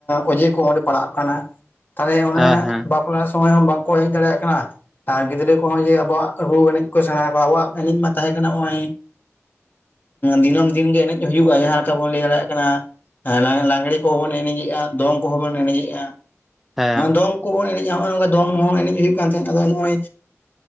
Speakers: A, on the left; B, in the centre.
A: ᱚᱡᱮ ᱠᱚ ᱚᱸᱰᱮ ᱯᱟᱲᱦᱟᱜ ᱠᱟᱱᱟ ᱛᱟᱦᱚᱞᱮ ᱚᱱᱟ
B: ᱦᱮᱸ ᱦᱮᱸ
A: ᱵᱟᱯᱞᱟ ᱥᱩ- ᱛᱚ ᱦᱚᱸᱜᱼᱚᱭ ᱵᱟᱝᱠᱚ ᱦᱮᱡ ᱫᱟᱲᱮᱭᱟᱜ ᱠᱟᱱᱟ ᱟᱨ ᱜᱤᱫᱽᱨᱟᱹ ᱠᱚᱦᱚᱸ ᱡᱮ ᱟᱵᱚᱣᱟᱜ ᱨᱩ ᱮᱱᱮᱡ ᱠᱚ ᱥᱮᱬᱟ ᱠᱚᱣᱟ ᱟᱵᱚᱣᱟᱜ ᱮᱱᱮᱡ ᱢᱟ ᱛᱟᱦᱮᱸ ᱠᱟᱱᱟ ᱱᱚᱜᱼᱚᱭ ᱫᱤᱱᱟᱹᱢ ᱫᱤᱱ‌ ᱜᱮ ᱮᱱᱮᱡ- ᱦᱩᱭᱩᱜᱼᱟ ᱡᱟᱦᱟᱸ ᱞᱮᱠᱟ ᱵᱚᱱ ᱞᱟᱹᱭ ᱫᱟᱲᱮᱭᱟᱜ ᱠᱟᱱᱟ ᱞᱟᱜᱽᱮ ᱠᱚᱦᱚᱸ ᱵᱚᱱ ᱮᱱᱮᱡᱮᱜᱼᱟ ᱫᱚᱝ ᱠᱚᱦᱚᱸ ᱵᱚᱱ ᱮᱱᱮᱡᱮᱜᱼᱟ᱾
B: ᱦᱮᱸ
A: ᱫᱚᱝ ᱠᱚᱵᱚᱱ ᱮᱱᱮᱡᱼᱟ ᱱᱚᱜᱼᱚᱭ ᱱᱚᱝᱠᱟ ᱫᱚᱝ ᱦᱚᱸ ᱮᱱᱮᱡ ᱦᱩᱭᱩᱜ ᱠᱟᱱ ᱛᱟᱦᱮᱸᱫ ᱟᱫᱚ ᱱᱚᱜᱼᱚᱭ